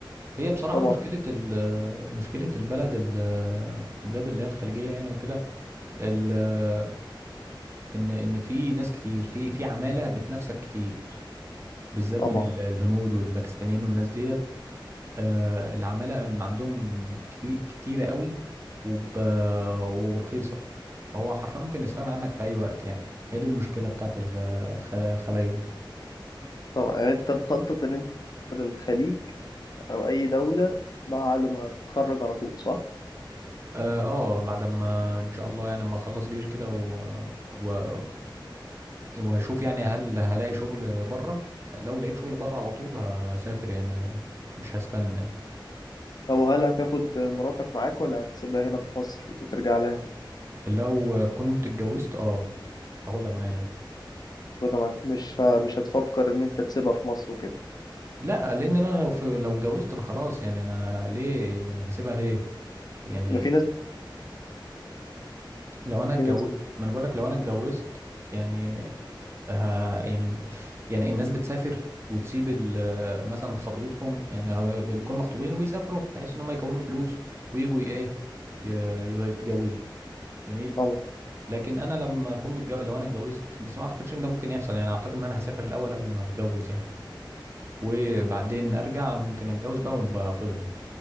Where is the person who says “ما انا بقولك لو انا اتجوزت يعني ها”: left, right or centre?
Right